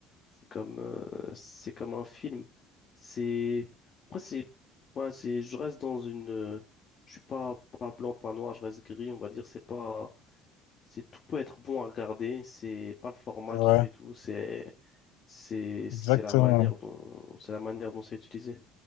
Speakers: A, on the left; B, on the left.
A: c'est comme, euh, c'est comme un film. C'est, après, c'est, voilà, c'est, je reste dans une, euh, je suis pas, pas blanc, pas noir, je reste gris, on va dire. C'est pas, c'est tout peut être bon à regarder. C'est pas le format
B: C'est vrai,
A: qui fait tout. C'est, c'est, c'est
B: exactement,
A: la manière dont, c'est la manière dont c'est utilisé.